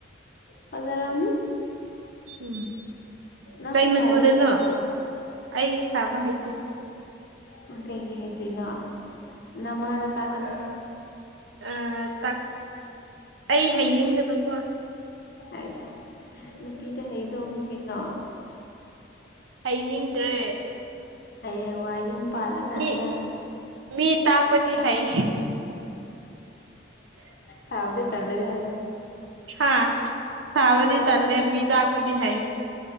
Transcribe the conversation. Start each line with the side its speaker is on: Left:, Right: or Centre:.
Left: ꯐꯖꯔꯝꯅꯤ
Right: ꯎꯝ
Left: ꯅꯪꯁꯨ
Right: ꯀꯩ ꯃꯆꯨꯗꯅꯣ
Left: ꯁꯥꯔꯣꯗ ꯀꯩꯅꯣ
Right: ꯑꯩ ꯁꯥꯕ ꯍꯩꯇ ꯇꯦ
Left: ꯑꯝ ꯀꯩꯒꯤ ꯍꯩꯇ꯭ꯔꯤꯅꯣ ꯅꯃꯥꯗ ꯇꯥꯛꯍꯜꯂꯣ
Right: ꯑ ꯇꯥꯛ ꯑꯩ ꯍꯥꯏꯅꯤꯡꯗꯕꯀꯣ
Left: ꯑꯩꯁ ꯅꯨꯄꯤꯗ ꯍꯩꯗꯧꯕꯅꯤ ꯀꯩꯅꯣ
Right: ꯍꯩꯅꯤꯡꯗ꯭ꯔꯦ
Left: ꯍꯌꯦꯡ ꯋꯥꯏ ꯌꯨꯝ ꯄꯥꯜꯂꯀꯥꯟꯗ
Right: ꯃꯤ ꯃꯤ ꯇꯥꯛꯄꯗꯤ ꯍꯩ
Left: ꯁꯥꯎꯗꯤ ꯇꯜꯂꯦ ꯍꯥꯏꯌꯣ
Right: ꯍꯥꯥ ꯁꯥꯕꯗꯤ
Left: ꯁꯥꯎꯅꯕꯗꯤ
Right: ꯇꯜꯂꯦ ꯃꯤ ꯇꯥꯛꯄꯗꯤ ꯍꯩ